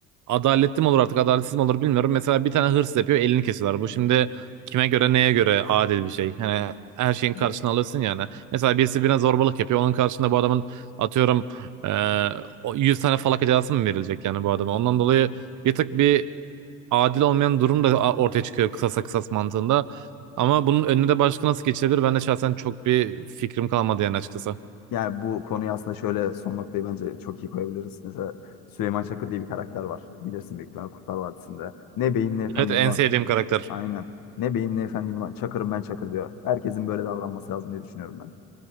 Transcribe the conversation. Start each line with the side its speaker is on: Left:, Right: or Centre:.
Right: adaletli mi olur artık adaletsiz mi olur bilmiyorum. Mesela bir tane hırsız yapıyor elini kesiyorlar. Bu şimdi kime göre neye göre adil bir şey. Yani her şeyin karşına
Left: Evet.
Right: alırsın yani. Mesela birisi birine zorbalık yapıyor. Onun karşında bu adamın atıyorum e, o 100 tane falaka cezası mı verilecek yani bu adama. Ondan dolayı bir tık bir adil olmayan durum da ortaya çıkıyor kısasa kısas mantığında. Ama bunun önüne de başka nasıl geçilebilir? Ben de şahsen çok bir fikrim kalmadı yani açıkçası.
Left: Yani bu konuyu aslında şöyle son noktayı bence çok iyi koyabiliriz. Mesela Süleyman Çakır diye bir karakter var. Bilirsin büyük ihtimalle Kurtlar Vadisi'nde. Ne beyim ne efendim
Right: Evet en
Left: ulan.
Right: sevdiğim karakter.
Left: Aynen. Ne beyim ne efendim ulan. Çakırım ben Çakır diyor. Herkesin böyle davranması lazım diye düşünüyorum ben.